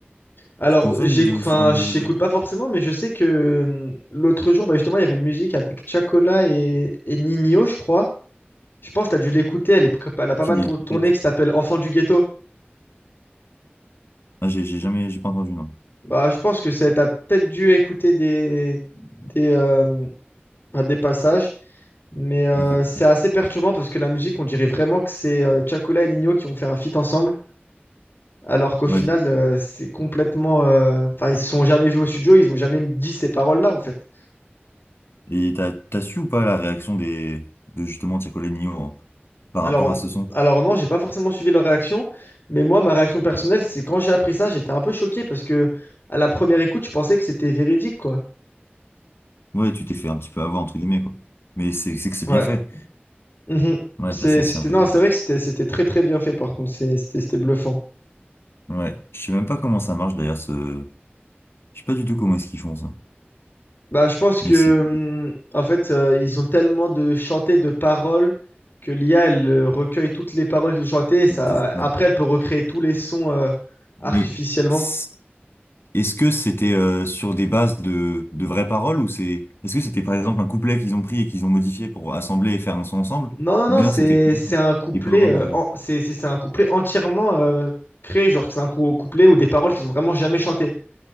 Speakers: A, on the left; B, on the left.
A: Alors,
B: tu consommes
A: j'ai,
B: de
A: enfin,
B: ce genre de,
A: j'écoute
B: de...
A: pas forcément, mais je sais que euh, l'autre jour, bah, justement, il y avait une musique avec Chacola et, et Nino, je crois. Je pense que tu as dû l'écouter, elle est, pré- elle a pas
B: qui
A: mal tour-
B: est
A: tourné,
B: faite?
A: qui s'appelle Enfant du ghetto.
B: Ah, j'ai j'ai jamais, j'ai pas entendu, non.
A: Bah, je pense que tu as peut-être dû écouter des, des, euh, pas des passages, mais euh,
B: Ok, peut-être.
A: c'est assez perturbant parce que la musique, on dirait vraiment que c'est euh, Chacola et Nino qui ont fait un feat ensemble, alors qu'au final,
B: Ouais.
A: euh, c'est complètement. euh, Enfin, ils se sont jamais vus au studio, ils ont jamais dit ces paroles-là, en fait.
B: Et t'as, t'as su ou pas la réaction des, de justement Tiakolenio en- par
A: Alors,
B: rapport à ce son?
A: alors non, j'ai pas forcément suivi leur réaction, mais moi, ma réaction personnelle, c'est quand j'ai appris ça, j'étais un peu choqué parce que à la première écoute, je pensais que c'était véridique, quoi.
B: Ouais, tu t'es fait un petit peu avoir, entre guillemets, quoi. Mais c'est c'est que c'est
A: Ouais.
B: bien fait.
A: Mhm.
B: Ouais,
A: C'est-
B: t'as- c'est
A: C'était
B: c'est impressionnant.
A: non, c'est vrai que c'était c'était très très bien fait par contre, C'est- c'était c'était bluffant.
B: Ouais, je sais même pas comment ça marche d'ailleurs, ce... je sais pas du tout comment est-ce qu'ils font ça.
A: Bah, je pense que
B: Mais c'est
A: hum, en fait euh, ils ont tellement de chantés de paroles que l'IA elle euh, recueille toutes les paroles qu'ils ont chantées et ça
B: c'est ça.
A: après elle peut recréer tous les sons euh, artificiellement.
B: Mais c- est-ce que c'était euh, sur des bases de, de vraies paroles ou c'est... Est-ce que c'était par exemple un couplet qu'ils ont pris et qu'ils ont modifié pour assembler et faire un son ensemble?
A: Non non
B: Ou
A: non,
B: bien
A: c'est
B: c'était
A: c'est un couplet
B: des paroles...
A: euh,
B: euh,
A: en- c'est c'est c'est un couplet entièrement euh, créé genre que c'est un cou- couplet ou des paroles qu'ils ont vraiment jamais chantées.